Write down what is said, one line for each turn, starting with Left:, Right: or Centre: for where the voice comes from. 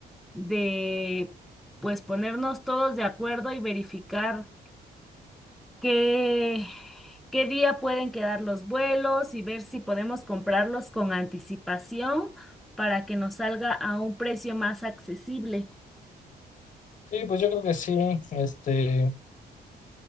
Centre: de pues ponernos todos de acuerdo y verificar qué, qué día pueden quedar los vuelos y ver si podemos comprarlos con anticipación para que nos salga a un precio más accesible.
Left: Sí, pues yo creo que sí, este,